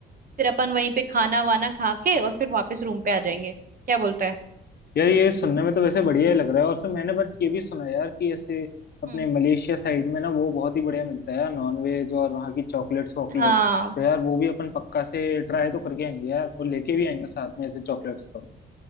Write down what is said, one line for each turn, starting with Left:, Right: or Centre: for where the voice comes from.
Right: फिर अपन वहीं पे खाना वाना खा के और फिर वापस रूम पे आ जाएंगे क्या बोलता
Left: यार ये सुनने में तो वैसे बढ़िया ही लग रहा है और फिर मैंने बट ये भी सुना यार कि ऐसे अपने
Right: है
Left: मलेशिया साइड में ना वो बहुत ही बढ़िया मिलता है यार नॉन वेज और वहाँ की चॉकलेट्स वॉकलेट्स
Right: हाँ
Left: तो यार वो भी अपन पक्का से ट्राई तो करके आएंगे यार वो लेके भी आएंगे साथ में ऐसे चॉकलेट्स तो